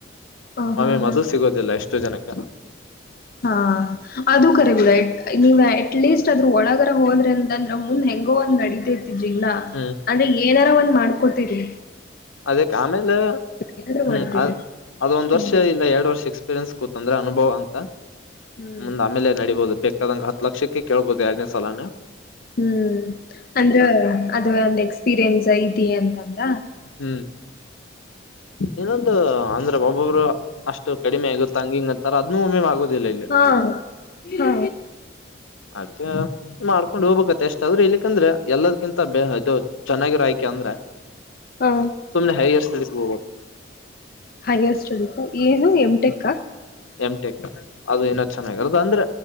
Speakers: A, on the left (about 45°); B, on the left (about 90°).
A: ಹ ಹಾ
B: ಒಮ್ಮಿ ಒಮ್ಮಿ
A: ಹಾ
B: ಅದು ಸಿಗೋದಿಲ್ಲ ಎಷ್ಟು ಜನಕ.
A: ಹಾ ಅದು ಕರಿಬಿಡ ನೀವ್ ಅಟ್ಲೀಸ್ಟ್ ಅದ್ರ ಒಳಗರ ಹೋದ್ರೆ ಅಂತ ಅಂದ್ರ ಮುಂದ ಹೆಂಗ್ ಹೆಂಗೋ ಒಂದ್ ನಡತಿರ್ತಿದಿಲ್ಲಾ
B: ಹ್ಮ್
A: ಅಂದ್ರೆ ಏನಾರ ಒಂದ್ ಮಾಡ್ಕೋತಿದರಿ.
B: ಅದಕ್ ಆಮೇಲೆ
A: ಏನಾದ್ರು
B: ಹ್ಮ್
A: ಮಾಡ್ತೀರಿ
B: ಅ್ ಅದೊಂದ್
A: ಸಿಗ್ಬೇಕು
B: ವರ್ಷ ಇಲ್ಲ ಎರಡ್ ವರ್ಷ ಎಕ್ಸ್ಪೀರಿಯನ್ಸ್. ತಂದ್ರೆ ಅನುಭವ ಅಂತ
A: ಹ್ಮ್
B: ಮುಂದ್ ಆಮೇಲೆ ನಡೀಬಹುದು ಬೇಕ ಕದಂಗ ಹ ಲಕ್ಷಕ್ಕೆ ಕೇಳ್ಬೋದು ಎರಡನೇ ಸಾಲಾನ.
A: ಹ್ಮ್ ಅಂದ್ರ ಅದು ಒಂದ್ ಎಕ್ಸ್ಪೀರಿಯನ್ಸ್ ಐತಿ ಅಂತಂದ.
B: ಹ್ಮ್ ಇನೊಂದು ಅಂದ್ರ ಬಬೊಬ್ರ ಅಷ್ಟು ಕಡಿಮೆ ಆಗುತ್ತತ್ತ ಹಂಗ ಹಂಗ ಅಂತಾರ ಅದನ್ನೂ ಒಮ್ಮೆ ಆಗೋದಿಲ್ಲ ಇಲ್ಲಿ.
A: ಹಾ ಹಾ.
B: ಅದ ಮಾಡ್ಕೊಂಡ್ ಹೋಗ್ಬೇಕತ್ತ ಎಷ್ಟ ಆದ್ರೆ ಇಲ್ಲಿಕ್ಕಂದ್ರೆ ಎಲ್ಲದಕಿಂತ ಬ ಇದು ಚೆನ್ನಾಗಿರ ಆಯ್ಕೆ ಅಂದ್ರ.
A: ಹಾ
B: ಸುಮ್ಮ್ನೆ ಹೈಯರ್ ಸ್ಟಡೀಸ್ ಹೋಗಬೇಕ.
A: ಹೈಯರ್ ಸ್ಟಡಿ ಏನು ಎಂ ಟೆ ಕಾ.
B: ಎಂ ಟೆಕ್ ಅದು ಇನ್ನ ಚೆನ್ನಾಗಿರದು ಅಂದ್ರ.